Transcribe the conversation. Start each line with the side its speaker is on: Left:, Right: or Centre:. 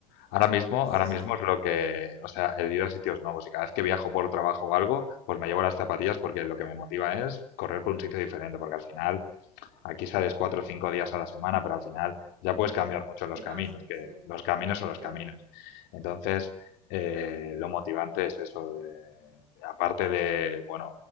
Left: ahora mismo,
Right: Sí,
Left: ahora
Right: sí,
Left: mismo
Right: sí.
Left: es lo que, o sea, el ir a sitios nuevos y cada vez que viajo por trabajo o algo, pues me llevo las zapatillas porque lo que me motiva es correr por un sitio diferente, porque al final Aquí sales cuatro o cinco días a la semana, pero al final ya puedes
Right: Mm,
Left: cambiar mucho los
Right: te
Left: caminos,
Right: canso,
Left: que
Right: sí,
Left: los caminos son los
Right: claro.
Left: caminos. Entonces, eh, lo motivante es eso, de, de- aparte de, bueno,